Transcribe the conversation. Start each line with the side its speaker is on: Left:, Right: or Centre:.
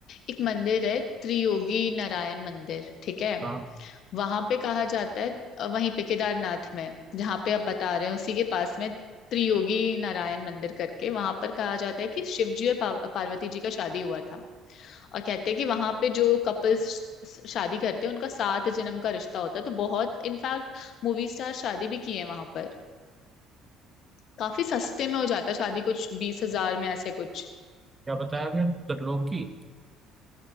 Left: एक मंदिर है त्रियोगी नारायण मंदिर ठीक है
Right: कहाँ
Left: वहां पे कहा जाता है अ, वहीं पे केदारनाथ में जहाँ पे आप बता रहे हैं उसी के पास में त्रियोगी नारायण मंदिर करके वहां पर कहा जाता है कि शिव जी और पार्व- पार्वती जी का शादी हुआ था और कहते हैं कि वहां पे जो कपल्स शादी करते हैं उनका सात जन्म का रिश्ता होता है तो बहुत इनफैक्ट मूवी स्टार शादी भी किए हैं वहां पर काफी सस्ते में हो जाता है शादी कुछ बीस हजार में ऐसे कुछ
Right: क्या बताया आपने त्रिलोकी